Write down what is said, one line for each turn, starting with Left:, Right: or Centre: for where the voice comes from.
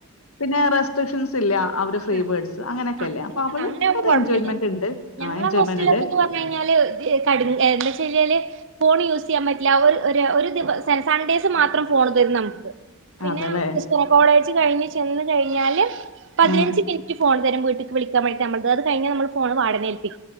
Left: പിന്നെ റെസ്ട്രിക്ഷൻസ് ഇല്ല അവര് ഫ്രീ
Right: ആ
Left: ബേർഡ്സ് അങ്ങനെയൊക്കെല്ലേ
Right: ആ
Left: അപ്പൊ അവൾക്കത്
Right: അങ്ങനെ ഒ കൊഴപ്പില്ല
Left: എൻജോയ്മെന്റ് ഉണ്ട് ആഹ്
Right: ഞങ്ങളെ
Left: എൻജോയ്മെന്റ്
Right: ഹോസ്റ്റിലൊക്കെന്ന്
Left: ഉണ്ട്
Right: പറഞ്ഞഞ് കഴിഞ്ഞാല് ക എന്താച്ചല് ഫോൺ യൂസ് ചെയ്യാൻ പറ്റില്ല ഒര് ഒ <unintelligible> ഒരു ദിവ സ സൺഡേസ് മാത്രം ഫോൺ തരും നമക്ക്
Left: ആഹ്
Right: പിന്നെ
Left: അതല്ലേ
Right: <unintelligible> കോളേജ് കഴിഞ്ഞ് ചെന്ന് കഴിഞ്ഞാല് പതിനഞ്ച്
Left: ആഹ്
Right: മിൻറ്റ് ഫോൺ തരും വീട്ട്ക്ക് വ്ളിക്കാൻ വേണ്ടിട്ട് നമ്മട്ത് അത് കഴിഞ്ഞാ നമ്മള് ഫോണ് വാടനേൽ